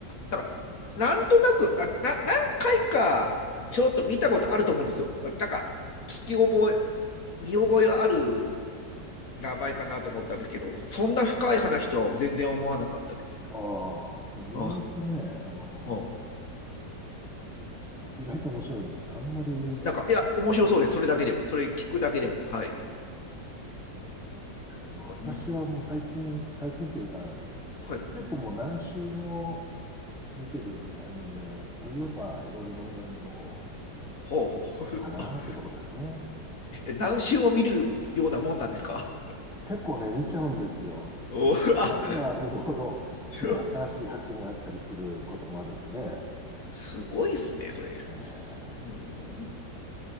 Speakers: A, on the left; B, in the centre.
A: だから、なんとなく、あな何回かちょろっと見たことあると思うんですよ。なんか、聞き覚え、見覚えはある名前かなと思ったんですけど、そんな深い話とは全然思わなかったです。
B: ああ、これ意外とね、
A: うん
B: あの、
A: うん
B: 意外と面白いんですよ。あんまり、で
A: なんか、いや、面白そうです。それだけでも、それ聞くだけでも。はい。
B: すね、私はもう最近、
A: これね
B: 最近というか、
A: はい。
B: 結構もう何週も見てるアニメといえば、夜文願の
A: ほうほう
B: かなってとこですね。
A: <laughs>。何周も見るようなもんなんですか
B: 結構ね、見ちゃうんですよ。
A: おあ
B: 見れば見るほど、
A: <laughs>
B: ね、新しい発見があったりすることもあるんで、え
A: すごいっすね、それ。
B: ー
A: うんい